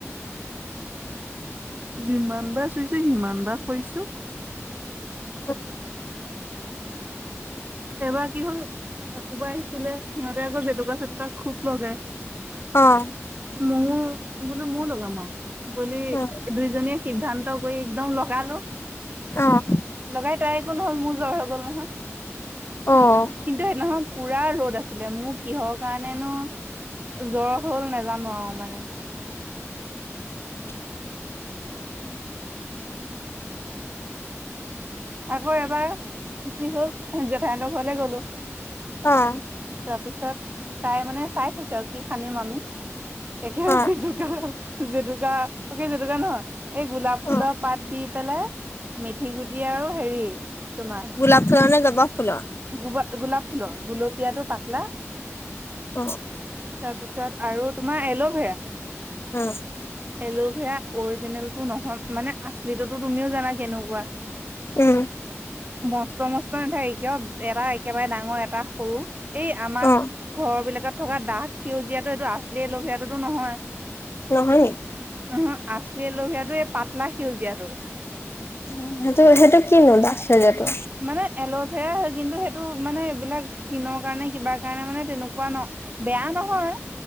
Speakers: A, on the right; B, on the left.
A: যিমান বাৰ চুইছো সিমানবাৰ সৰিছে।
B: <inaudible>
A: এবাৰ কি হল কাকোবা আহিছিলে সিহঁতে আকৌ জেতুকা চেতুকা খুব লগাই।
B: অঁ।
A: ময়ো বোলো ময়ো লগাম আৰু বুলি
B: অ
A: দুইজনী সিদ্ধান্ত কৰি একদম লগালো।
B: অ'।
A: লগাই তাই একো নহ'ল মোৰ জ্বৰ হৈ গ'ল নহয়।
B: অ'।
A: কিন্তু সেইদিনাখন পুৰা ৰ'দ আছিলে মোৰ কিহৰ কাৰণে নো জ্বৰ হ'ল নেজানো আৰু মানে।
B: <inaudible>
A: আকৌ এবাৰ কি হ'ল জেঠাইঁতৰ ঘৰলে গ'লো।
B: অ'।
A: তাৰপিছত তাই মানে চাই থৈচে আৰু কি সানিম আমি। একে
B: অ অ
A: জেতুকা জেতুকা অ', কি জেতুকা নহয়। এই গোলাপ ফুলৰ
B: অ
A: পাত দি পেলাই মেথি গুটি আৰু হেৰি তোমাৰ
B: গোলাপ ফুলৰ নে জবা ফুলৰ?
A: গো-গোলাপ ফুলৰ গোলপীয়াটো পাতলা।
B: অ
A: তাৰপিছত আৰু তোমাৰ এল'ভেৰা।
B: উম
A: এল'ভেৰা অৰিজিনেলটো নহয় মানে আচলিতোটো তুমিও জানা। কেনেকুৱা
B: উম
A: মস্ত মস্ত নাথাকে কিয় এটা একেবাৰে ডাঙৰ এটা সৰু এই আমাক
B: অ
A: ঘৰৰ বিলাকত থকা ডাঠ সেউজীয়াটো এইটো আচলি এল'ভেৰাটোতো নহয়।
B: নহয় নি
A: ওহো, আচলি এল'ভেৰাটো এই পাতলা সেউজীয়াটো।
B: উম, সেইটো সেইটো কিনো ডাঠ সেউজীয়াটো?
A: মানে এল'ভেৰা হয় কিন্তু সেইটো মানে এইবিলাক স্কিনৰ কাৰণে কিবা কাৰণে মানে তেনেকুৱা ন বেয়া নহয়।